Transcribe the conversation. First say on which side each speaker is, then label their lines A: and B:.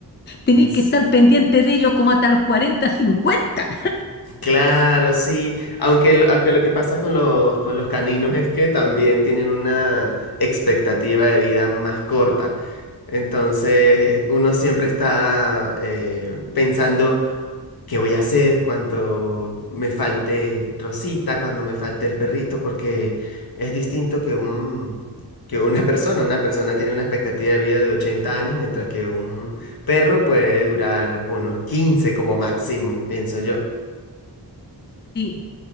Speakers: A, on the left (about 25°); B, on the left (about 60°).
A: tenéis
B: Sí.
A: que estar pendiente de ellos como hasta los cuarenta, cincuenta.
B: Claro, sí. Aunque, lo- aunque lo que pasa con los, con los caninos es que también tienen una expectativa de vida más corta. Entonces, eh, uno siempre está eh, pensando qué voy a hacer cuando me falte Rosita, cuando me falte el perrito, porque es distinto que un, que una persona. Una persona tiene una expectativa de vida de 80 años, mientras que un perro puede durar unos 15 como máximo, pienso yo.
A: Sí,